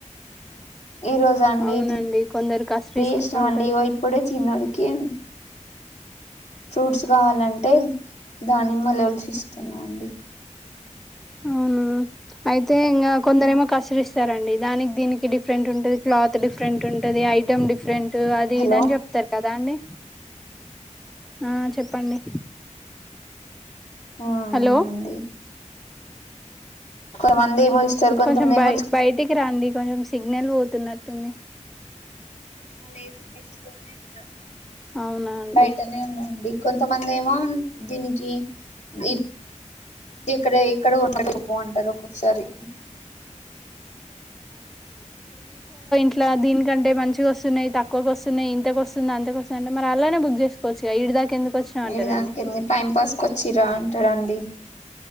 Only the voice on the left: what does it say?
ఈ రోజ అండి
ఇడ్లీ
ఇష్టం
అండి ఇగో ఇప్పుడే చిన్నోడు కి కే ఫ్రూట్స్ కావాలంటే దానిమ్మలు వలిచి ఇస్తున్నాండి
హలో
ఆ
అవునండి కొంతమంది ఏమో ఇస్తారు కొంతమంది
ఏమో
లేదు ప్లేస్ లోనే ఉన్నా
బయటనే ఉన్నాండి కొంతమంది ఏమో దీనికి ఆ ఎక్కడ ఎక్కడ ఉండకు పో అంటారు ఒక్కొక్కసారి
ఈడదాంక ఎంది టైం పాస్ కొచ్చిర్రా అంటాడండి